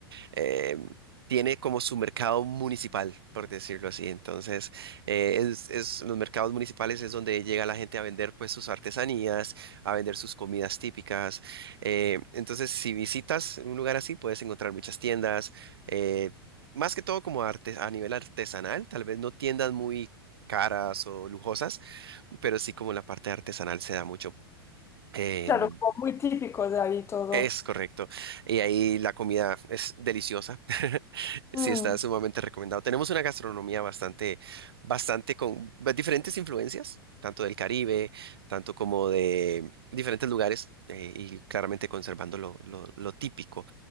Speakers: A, on the right (about 75°); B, on the left (about 20°).
A: eh, tiene como su mercado municipal, por decirlo así. Entonces, eh, es, es- los mercados municipales es donde llega la gente a vender pues sus artesanías, a vender sus comidas típicas. Eh, entonces, si visitas un lugar así, puedes encontrar muchas tiendas, eh, más que todo como arte, a nivel artesanal, tal vez no tiendas muy caras o lujosas, pero sí como la parte artesanal se da mucho. em,
B: Claro, como muy típico de ahí todo.
A: es correcto. Y ahí la comida es deliciosa. <laughs> Sí,
B: Mm.
A: está sumamente recomendado. Tenemos una gastronomía bastante, bastante con ba- diferentes influencias, tanto del Caribe, tanto como de diferentes lugares, eh, y claramente conservando lo, lo- lo típico.